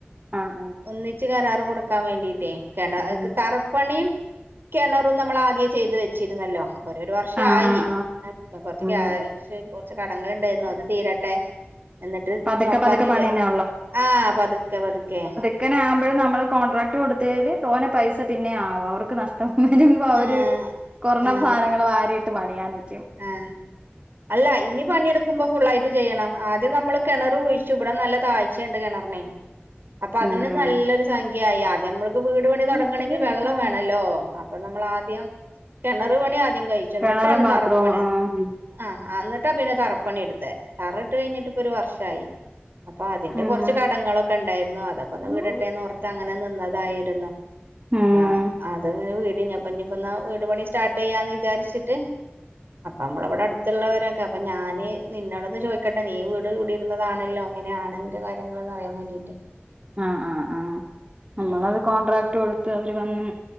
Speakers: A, on the right (about 30°); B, on the right (about 60°).
A: ആഹ്
B: ഒന്നിച്ച് കരാറ് കൊടുക്കാൻ വേണ്ടിട്ടേ കെണ
A: ഉം
B: തറപ്പണീം കെണറും നമ്മളാദ്യെ ചെയ്ത് വെച്ചിരുന്നല്ലോ ഒരു ഒരു വർഷായി
A: ആഹ് ആഹ്
B: ആഹ് കൊർച്ച് ക്യാഷ്
A: ഉം
B: കൊർച്ച് കടങ്ങളുണ്ടായിരുന്നു അത് തീരട്ടെ എന്നിട്ട്
A: പതുക്കെ
B: നോക്കാന്ന്
A: പതുക്കെ പണിയുന്നേ
B: വിചാ ആഹ് പതുക്കെ പതുക്കെ
A: ക്കനെ ആവുമ്പഴും നമ്മള് കോൺട്രാക്ട് കൊടുതേല് തോനെ പൈസ പിന്നെ ആവും അവർക്ക് നഷ് ടം വരുമ്പ അവര്
B: ആഹ്
A: കൊർണ
B: ആഹ്
A: സാനങ്ങള് വാരിയിട്ട് പണിയാൻ നിക്ക്
B: ആഹ് അല്ലാ ഇനി പണിയെടു ക്കുമ്പോ ഫുള്ളായിട്ട് ചെയ്യണം ആദ്യം നമ്മള് കെണറ് കുഴിച്ചു ബടെ നല്ല താഴ്ച്ചണ്ട് കെണറിനെ അപ്പൊ അതിന്
A: ഉം
B: നല്ലൊരു
A: ഉം
B: സംഖ്യായി ആദ്യമ്മള് ക്ക് വ്ട് പണി തൊടങ്ങണങ്കിൽ
A: ഉം
B: വെള്ളം വേണല്ലോ അപ്പൊ നമ്മളാദ്യം കെണറ് പണി ആദ്യം കഴിച്ചെന്നിട്ടാണ്
A: കിണറും ബാത്റൂമും
B: തറ ത്
A: ആഹ്
B: ആഹ് ആഹ് എന്നിട്ടാ പിന്നെ തറപ്പണിട്ത്തെ തറട്ട് കഴിഞ്ഞിട്ട്പ്പൊരു വർഷായി അപ്പൊ അതിന്റെ
A: ഉം
B: കൊറച്ച് കടങ്ങളൊക്കെണ്ടായിരുന്നു അതൊക്കൊന്ന്
A: ഉം
B: വീടട്ടെന്നോർത്ത് അങ്ങനെ നിന്നതായിരുന്നു
A: ഉം
B: അപ്പ അത്ങ്ങനെ വീടി ഞപ്പ നിപ്പന്നാ വീട് പണി സ്റ്റാർട്ടെയ്യാന്ന് വിചാരിച്ചിട്ട് അപ്പമ്മളവടെ അട്ത്തുള്ളവരൊക്കെ അപ്പൊ ഞാന് നിന്നോടൊന്ന് ചോയ്ക്കട്ടെ നീയും വീട് കുടിയിരുന്നതാണല്ലോ എങ്ങനെയാണയ്ന്റെ കാര്യങ്ങളെന്ന് അറിയാൻ വേണ്ടിട്ടേ
A: ആഹ് ആഹ് ആഹ് നമ്മളത്
B: ഉം
A: കോൺട്രാക്ട് കൊടുത്ത് അവര് വന്ന്